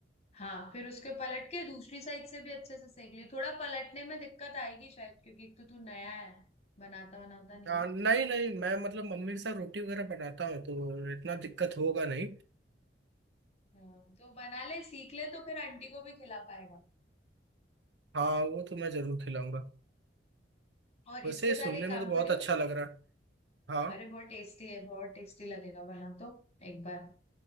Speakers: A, on the left; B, on the right.
A: हाँ फिर उसके पलट के दूसरी साइड से भी अच्छे से सेक ली थोड़ा पलटने में दिक्कत आएगी शायद क्योंकि एक तो तू नया है बनाता बनाता नहीं
B: आ,
A: है
B: नहीं नहीं मैं मतलब मम्मी के साथ रोटी वगैरह बनाता हूँ तो इतना दिक्कत होगा नहीं
A: हाँ, तो बना ले सीख ले तो फिर आंटी को भी खिला पाएगा
B: हाँ वो तो मैं जरूर खिलाऊंगा
A: और
B: वैसे
A: इसके
B: सुनने
A: साथ एक काम
B: में तो बहुत
A: करियो
B: अच्छा लग रहा है हाँ
A: अरे बहुत टेस्टी है बहुत टेस्टी लगेगा बना तो एक बार